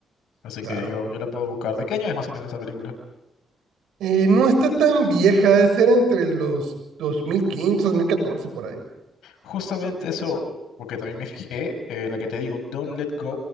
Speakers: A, on the left; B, on the right.
A: Así
B: Claro.
A: que yo, yo la puedo buscar. ¿De qué año es más o menos esa película?
B: Eh, no está tan vieja, debe ser entre los dos dos mil quince dos mil catorce por ahí.
A: Justamente eso, porque también me fijé, eh, la que te digo, Don't Let Go